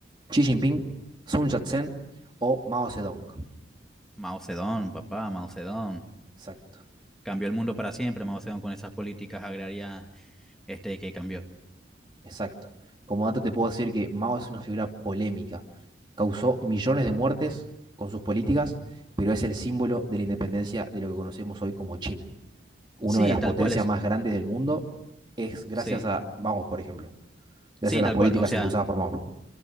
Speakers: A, on the right; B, in the centre.
A: Xi Jinping, Sun Yat-sen o Mao Zedong.
B: Mao Zedong, papá, Mao Zedong.
A: Exacto,
B: Cambió el mundo para siempre, Mao Zedong, con esas políticas agrarias este, que cambió.
A: exacto. Como dato te puedo decir que Mao es una figura polémica. Causó millones de muertes con sus políticas, pero es el símbolo de la independencia de lo que conocemos hoy como China. Una
B: Sí,
A: de las
B: tal
A: potencias
B: cual es.
A: más grandes del mundo es gracias
B: Sí,
A: a Mao, por ejemplo. Gracias
B: sí,
A: a
B: tal
A: las políticas
B: cual. O sea,
A: impulsadas por Mao.